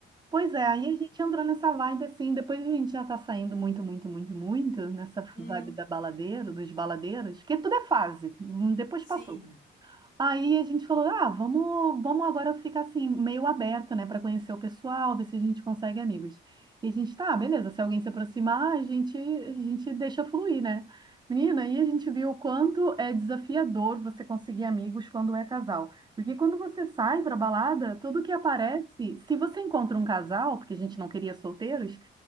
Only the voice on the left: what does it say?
Hum,
sim.
Ah,